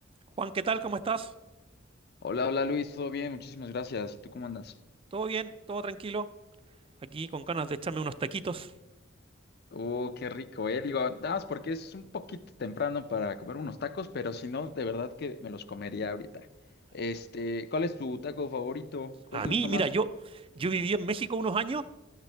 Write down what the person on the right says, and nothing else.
Juan, ¿qué tal? ¿Cómo estás?
¿Todo bien? ¿Todo tranquilo? Aquí con ganas de echarme unos taquitos.
A
mí,
mira,
yo, yo viví en México unos años